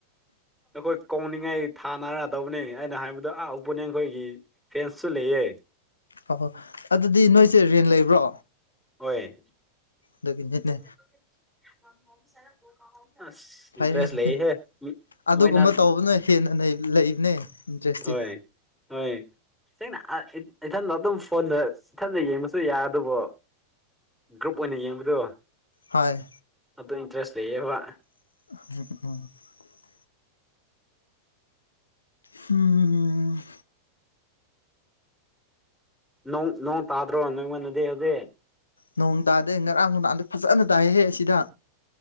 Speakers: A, in the centre; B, on the left.
A: ꯑꯈꯣꯏ ꯀꯧꯅꯤꯡ ꯉꯩ ꯊꯥꯅꯔ ꯇꯧꯕꯅꯤ ꯑꯩꯅ ꯍꯥꯏꯕꯗꯣ ꯑꯥ ꯑꯣꯄꯣꯅꯦꯟ ꯈꯣꯏꯒꯤ ꯐꯦꯟꯁꯨ ꯂꯩꯌꯦ
B: ꯍ ꯍꯣꯏ ꯑꯗꯨꯗꯤ ꯅꯣꯏꯁꯦ ꯔꯦꯟ ꯂꯩꯕ꯭ꯔꯣ
A: ꯍꯣꯏ
B: ꯑꯗꯨꯒꯤꯅꯤꯅꯦ
A: ꯑꯁ
B: ꯐꯩꯌꯦ
A: ꯏꯟꯇꯔꯦꯁ
B: ꯐꯩꯌꯦ
A: ꯂꯩꯍꯦ
B: ꯑꯗꯨꯒꯨꯝꯕ
A: ꯃꯣꯏꯅ
B: ꯇꯧꯕꯅ ꯍꯦꯟꯅ ꯂꯩꯕꯅꯦ ꯏꯟꯇꯔꯦꯁꯇꯤ
A: ꯍꯣꯏ ꯍꯣꯏ ꯅꯪꯅ <unintelligible> ꯏꯊꯟꯗ ꯑꯗꯨꯝ ꯐꯣꯟꯗ ꯏꯊꯟꯗ ꯌꯦꯡꯕꯁꯨ ꯌꯥꯔꯗꯨꯕꯨ ꯒ꯭ꯔꯨꯞ ꯑꯣꯏꯅ ꯌꯦꯡꯕꯗꯨ
B: ꯍꯣꯏ
A: ꯑꯗꯨ ꯏꯟꯇꯔꯦꯁ ꯂꯩꯌꯦꯕ
B: <unintelligible> ꯍꯨꯝ
A: ꯅꯣꯡ ꯅꯣꯡ ꯇꯥꯗ꯭ꯔꯣ ꯅꯣꯢꯉꯣꯟꯗꯗꯤ ꯍꯧꯖꯤꯛ
B: ꯅꯣꯡ ꯇꯥꯗꯦ ꯉꯔꯥꯡ ꯅꯨꯡꯗꯥꯡꯗꯤ ꯐꯖꯅ ꯇꯥꯏꯍꯦ ꯑꯁꯤꯗ